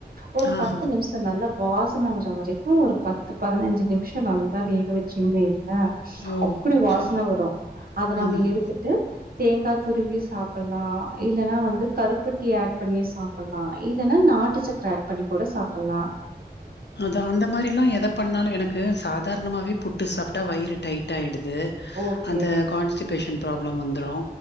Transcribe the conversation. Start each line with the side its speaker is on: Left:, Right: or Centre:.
Right: ஒரு
Left: ஆஹா
Right: பத்து நிமிஷொ நல்லா வாசன வர்ற வரைக்கு ஒரு பத்து பதினஞ்சு நிமிஷொ நல்லா வேக வச்சீங் வைங்களே
Left: ஓ
Right: அப்டி வாசன
Left: சரி
Right: வரு அத நம்ம
Left: ஆமா
Right: எடுத்துட்டு தேங்கா துருவியு சாப்புல்லா இல்லனா வந்து கருப்பட்டி ஆட் பண்ணியு சாப்புல்லா இல்லைன்னா நாட்டு சக்கர ஆட் பண்ணிக் கூட சாப்புல்லா
Left: அது அந்த மாரிலா எதப் பண்ணாலு எனக்கு சாதாரணமாவே புட்டு சாப் டா வயிறு டைட் ஆய்டு து
Right: ஓகே
Left: அந்த கான்ஸ்டிபேஷன் ப்ராப்ளம் வந்த்ரு